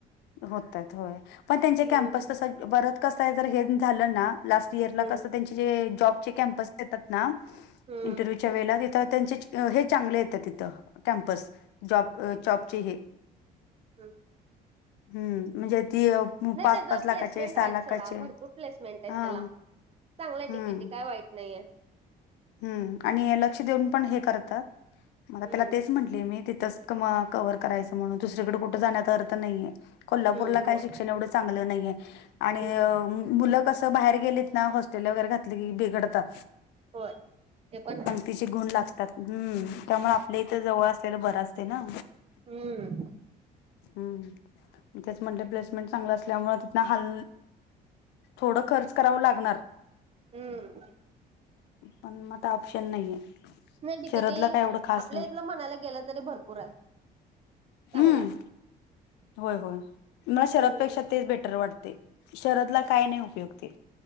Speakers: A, on the left (about 85°); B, on the right (about 35°).
A: होत होय पण त्यांचे
B: हम्म
A: कॅमपस तस परत कसय जर का हे झालं ना लास्ट इयरला
B: हम्म
A: कसं त्यांचे जे जॉबचे कॅम्पस येतात ना
B: हम्म
A: इंटरव्ह्यूच्या वेळेला तिथं त्यांचे हे चांगले येते तिथ कॅम्पस जॉब जॉबचे हे
B: हम्म
A: हम्म म्हणजे ती
B: नाही
A: पाच
B: त्याच
A: पाच लाखाचे
B: प्लेसमेंट
A: सहा
B: आहेत
A: लाखाचे
B: थोडा भरपूर प्लेसमेंट आहे
A: हा
B: त्याला चांगल्या
A: हम्म
B: तिकेटी काय वाईट नाही आहे
A: हम्म आणि लक्ष देऊन पण हे करतात मग
B: हम्म
A: त्याला तेच म्हट तिथ करायच म्हणून दुसरीकडे कुठ जाण्यात अर्थ नाही कोल्हापूरला
B: हम्म
A: काय
B: होय
A: एवढं चांगलं नाही आणि
B: हम्म
A: मुलं कसं बाहेर गेलेत ना हॉस्टेलवर वगैरे घातली की बिघडतात.
B: होय ते पण हाय.
A: तिचे गुण लागतात हम्म त्यामुळे आपल्या इथं जवळ असल्याला बर असते ना
B: हम्म
A: हम् तेच म्हणल प्लेसमेंट चांगला असल्यामुळे तिथन हाल थोडं खर्च करावं लागणार
B: हम्म
A: पण म आता ऑप्शन नाहीये.
B: नाही ते
A: शरदला
B: किती
A: काय एवढं खास
B: आपल्या
A: नाही
B: इथलं म्हणायला गेलं तरी भरपूर आहे चांगला
A: हम्म
B: आहे.
A: होय होय मला शहरापेक्षा
B: हम्म
A: तेच बेटर वाटते शहराला काय नाही उपयोगते.